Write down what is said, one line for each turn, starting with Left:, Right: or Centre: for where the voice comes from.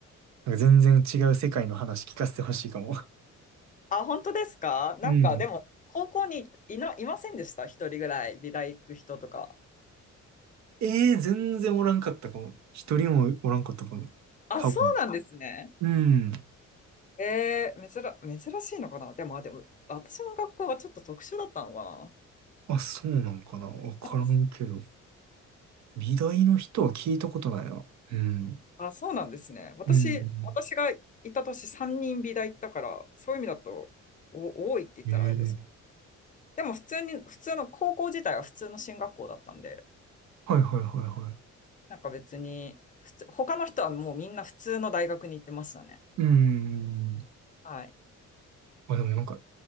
Right: なんか全然違う世界の話聞かせてほしいかも。<laughs>
Left: あ、本当ですかなんかでも、
Right: うん。
Left: 高校にいな、いませんでした一人ぐらい、美大行く人とか。
Right: ええ全然おらんかったかも。一人もおらんかったかも。
Left: あ、
Right: 多分。
Left: そうなんですね。
Right: うん。
Left: えー、珍、珍しいのかなでも、あでも、私の学校はちょっと特殊だったのか
Right: あ、そうなんかな。わからんけど。
Left: な <laughs>
Right: 美大の人は聞いたことないな。うん。
Left: あ、そうなんですね。私、
Right: うん。
Left: 私がいた年3人美大行ったから、そういう意味だとお多いって言ったらあれですけど。
Right: ええ
Left: でも普通に、普通の高校自体は普通の進学校だったんで、
Right: はいはいはいはい。
Left: なんか別に、普通、他の人はもうみんな普通の大学に行ってましたね。
Right: うん。
Left: はい。
Right: あ、でもなんか、